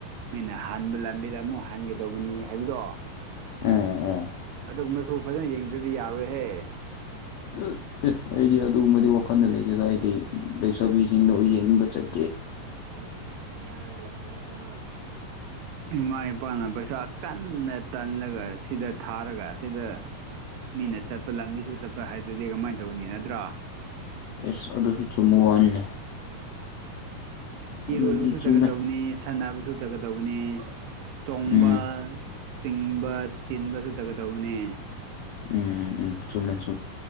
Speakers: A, on the right (about 80°); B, on the left (about 85°).
A: ꯃꯤꯅ ꯍꯥꯟꯕ ꯂꯝꯕꯤꯗ ꯑꯃꯨꯛ ꯍꯟꯒꯗꯧꯕꯅꯤ ꯍꯥꯏꯕꯗꯣ
B: ꯎꯝ ꯎꯝ
A: ꯑꯗꯨꯒꯨꯝꯕꯁꯨ ꯐꯖꯅ ꯌꯦꯡꯗꯗꯤ ꯌꯥꯔꯣꯏꯍꯦ
B: ꯎ ꯎ ꯑꯩꯗꯤ ꯑꯗꯨꯃꯗꯤ ꯋꯥꯈꯜꯅ ꯂꯩꯖꯦꯗ ꯑꯩꯗꯤ ꯂꯩꯁꯥꯕꯤꯁꯤꯡꯗ ꯌꯦꯡꯅꯤꯡꯕ ꯆꯠ
A: ꯀꯇ ꯏꯃꯥ ꯏꯄꯥꯅ ꯄꯩꯁꯥ ꯀꯟꯅ ꯇꯜꯂꯒ ꯁꯤꯗ ꯊꯥꯔꯒ ꯁꯤꯗ ꯃꯤꯅ ꯆꯠꯄ ꯂꯝꯕꯤꯁꯨ ꯆꯠꯄ ꯍꯥꯏꯗꯨꯗꯤ ꯀꯃꯥꯏꯅ ꯇꯧꯕꯅꯤ ꯅꯠꯇ꯭ꯔꯣ
B: ꯏꯁ ꯑꯗꯨꯁꯨ ꯆꯨꯝꯃꯨ ꯋꯥꯅꯤꯅꯦ ꯑꯗꯨꯗꯤ
A: ꯏꯔꯣꯏꯕꯁꯨ
B: ꯆꯨꯝꯃꯦ
A: ꯆꯠꯀꯗꯧꯕꯅꯤ ꯁꯥꯟꯅꯕꯁꯨ ꯆꯠꯀꯗꯧꯕꯅꯤ ꯆꯣꯡꯕ
B: ꯎꯝ
A: ꯆꯤꯡꯕ ꯆꯤꯟꯕꯁꯨ ꯆꯠꯒꯗꯧꯕꯅꯦ
B: ꯎꯝ ꯎꯝ ꯎꯝ ꯆꯨꯝꯃꯦ ꯆ